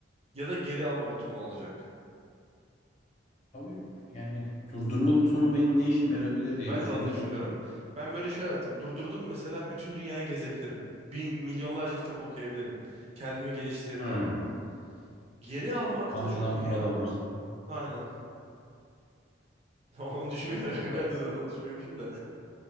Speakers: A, on the right; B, on the left.
A: ya da geri alma butonu olacak.
B: Abi yani durdurma butonu benim ne işime yarabilir diye
A: Ben
B: düşünüyorum.
A: de onu düşünüyorum. Ben böyle şey yaptım. Durdurdum mesela bütün dünyayı gezebilirim. Bir milyonlarca kitap okuyabilirim. Kendimi geliştirebilirim.
B: Hı,
A: Geri almak
B: Bankadan
A: da çok iyi
B: para alabilirsin.
A: ama aynen. <laughs> Onu düşünmüyorum.
B: Yok ki ya.
A: <laughs> Ben de onu düşünmemişim de.